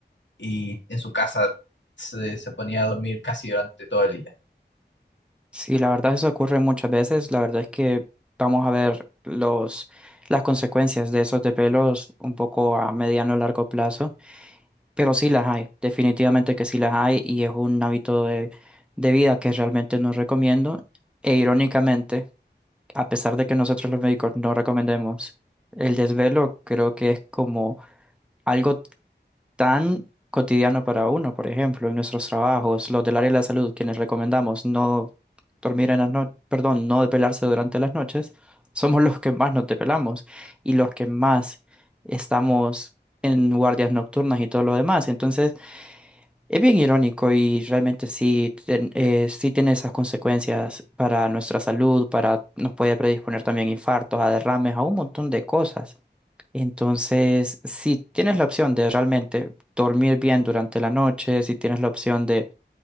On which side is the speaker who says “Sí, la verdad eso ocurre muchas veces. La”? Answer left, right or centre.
Centre